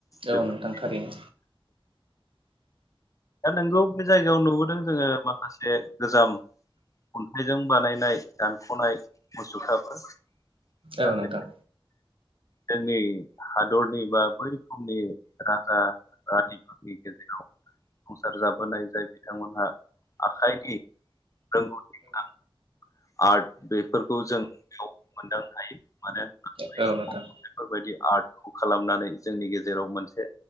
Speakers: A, on the right; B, on the left.
A: औ
B: बेफोर
A: नोंथां थारैनो
B: दा नोंगौ बे जायगायाव नुबोदों जोङो माखासे गोजाम अन्थाइजों बानायनाय दानख'नाय मुसुखाफोर, दा
A: औ नोंथां
B: बे जोंनि हादरनि बा बै रोखोमनि राजा रानिफोरनि गेजेराव जा सुंसार जाबोनाय जाय बिथांमोनहा आखाइनि, रोंगौथि नोंथां आर्ट बेफोरखौ जों बेयाव मोनदांनो हायो, माने बै
A: औ
B: समाव
A: नोंथां
B: बेफोरबायदि आर्टखौ खालामनानै जोंनि गेजेराव मोनसे